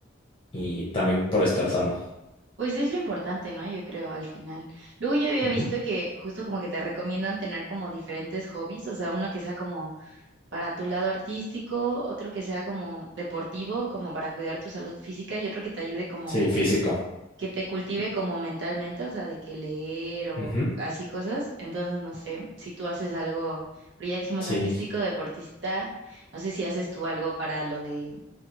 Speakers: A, on the left; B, on the right.
A: y también por estar sano.
B: Pues es lo importante, ¿no? Yo creo al final. Luego yo había
A: Ujú.
B: visto que justo como que te recomiendan tener como diferentes hobbies, o sea, uno que sea como para tu lado artístico, otro que sea como deportivo, como para cuidar tu salud física y otro que te ayude como,
A: Sí, físico.
B: que te cultive como mentalmente, o sea, de que leer o
A: Ujú.
B: así cosas. Entonces, no sé, si tú haces algo, pero ya dijimos
A: Sí,
B: artístico, deportista, no sé si haces tú algo para lo de,